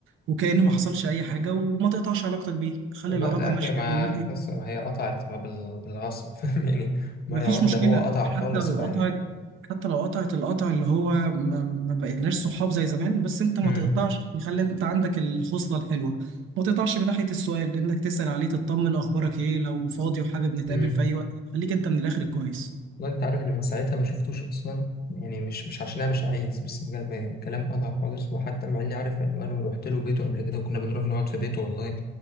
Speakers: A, on the right; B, on the left.
A: وكأن ما حصلش اي حاجه وما تقطعش علاقتك بيه خلي
B: والله
A: العلاقه
B: لا
A: ماشيه
B: هي ما
A: من ناحيه
B: يس- ما هي قطعت بال- بالغصب <laughs> فاهم يعني مرة
A: مفيش
B: واحدة
A: مشكلة
B: هو قطع
A: حتى
B: خالص
A: لو
B: فيعني
A: قطعت حتى لو قطعت القطع اللي هو ما, ما بقيناش صحاب زي زمان بس انت ما
B: مم.
A: تقطعش يعني خلي انت عندك الخصلة الحلوة ما تقطعش من ناحية السؤال انك تسأل عليه تطمن اخبارك ايه لو فاضي وحابب نتقابل
B: مم.
A: في اي وقت خليك انت من الاخر كويس
B: والله انت عارف ان من ساعتها ما شفتوش اصلا يعني مش مش عشان انا مش عايز بس بجد كلام قطع خالص وحتى مع اني عارف عنوانه ورحت له بيته قبل كده وكنا بنروح نقعد في بيته والله